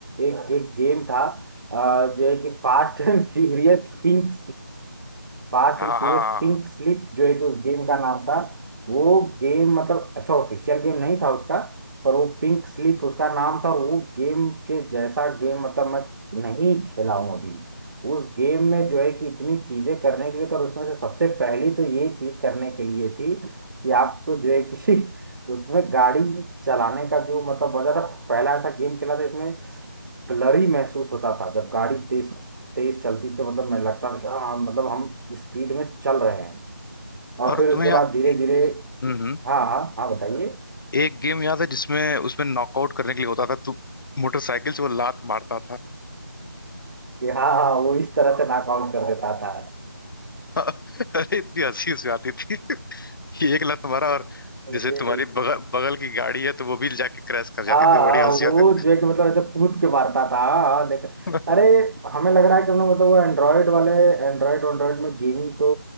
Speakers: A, on the right; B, on the left.
A: एक एक गेम था अ, जो है कि Fast and Furious think Fast
B: हाँ
A: and Furious
B: हाँ
A: Pink
B: हाँ।
A: Slip जो है कि उस गेम का नाम था वो गेम मतलब ऐसा ऑफिशियल गेम नहीं था उसका पर वो पिंक स्लिप उसका नाम था और वो गेम के जैसा गेम मतलब मैं नहीं खेला हूं अभी उस गेम में जो है कि इतनी चीजें करने के लिए तो और उसमें से सबसे पहली तो ये चीज करने के लिए थी कि आपको जो है कि <laughs> उसमें गाड़ी चलाने का जो मतलब मजा था पहला ऐसा गेम खेला था इसमें ब्लरी महसूस होता था जब गाड़ी तेज तेज चलती तो मतलब मैं लगता था कि हाँ मतलब हम स्पीड में चल रहे हैं और
B: और
A: फिर
B: तुम्हें
A: उसके
B: याद
A: बाद धीरे धीरे
B: हम्म हम्म।
A: हाँ हाँ हाँ बताइए
B: एक गेम याद है जिसमें उसमें नॉकआउट करने के लिए होता था तू मोटरसाइकिल से वो लात मारता था
A: कि हाँ हाँ वो इस तरह से नॉकआउट कर देता था
B: <laughs> अरे इतनी हंसी उसमें आती थी <laughs> कि एक लात मारा और
A: अरे
B: जैसे तुम्हारी बगल बगल की गाड़ी है तो वो भी जाके क्रैश कर जाती
A: हाँ
B: थी बड़ी
A: हाँ
B: हंसी
A: वो
B: आती
A: जो है कि मतलब ऐसे कूद के मारता था हाँ हाँ, देख
B: थी
A: अरे हमें लग रहा है कि हमने मतलब वो एंड्रॉयड वाले एंड्रॉयड एंड्रॉयड में गेमिंग तो